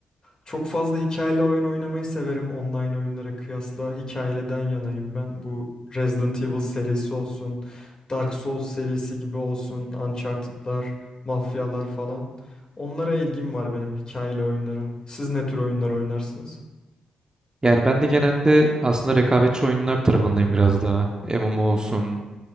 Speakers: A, on the left; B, on the right.
A: Çok fazla hikayeli oyun oynamayı severim. Online oyunlara kıyasla hikayeliden yanayım ben. Bu Resident Evil serisi olsun, Dark Souls serisi gibi olsun, Uncharted'lar, mafyalar falan. Onlara ilgim var benim hikayeli oyunlara. Siz ne tür oyunlar oynarsınız?
B: Yani ben de genelde aslında rekabetçi oyunlar tarafındayım biraz daha. MMO olsun,